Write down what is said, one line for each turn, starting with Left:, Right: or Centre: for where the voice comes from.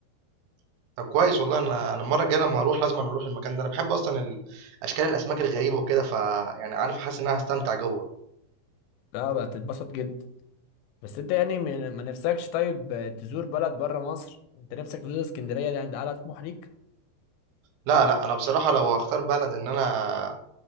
Right: <laughs> طب كويس والله أنا أنا المرة الجاية لما أروح لازم أنا أروح المكان ده أنا بحب أصلا ال- أشكال الأسماك الغريبة وكده ف يعني عارف حاسس إن أنا هستمتع جوه
Left: لا بقى تتبسط جدا بس انت يعني م- ما نفسكش طيب آه، تزور بلد بره مصر انت نفسك تزور اسكندريه ده عند اعلى طموح ليك
Right: لا لا انا بصراحه لو هختار بلد ان انا